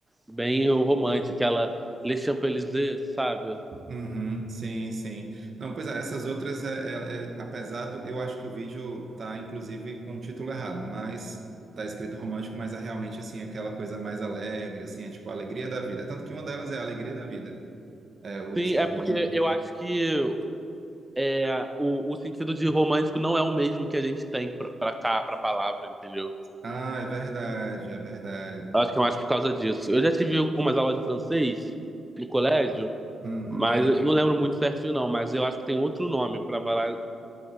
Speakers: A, in the centre; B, on the right.
A: bem romântica, aquela Les Champs-Élysées, sabe?
B: Uhum, sim, sim. Não, pois é, essas outras, é, é- é- apesar do, eu acho que o vídeo tá, inclusive, com o título errado, mas tá escrito romântico, mas é realmente, assim, aquela coisa mais alegre, assim, é tipo a alegria da vida. Tanto que uma delas é a alegria da vida, é o
A: Sim,
B: título,
A: é porque
B: né?
A: eu acho que é, o, o sentido de romântico não é o mesmo que a gente tem pra, pra cá, pra palavra, entendeu?
B: Ah, é verdade, é verdade.
A: Eu acho que é mais por causa disso. Eu já tive algumas aulas de francês no colégio,
B: Uhum,
A: mas eu não lembro muito certinho, não. Mas eu acho que tem outro nome pra falar.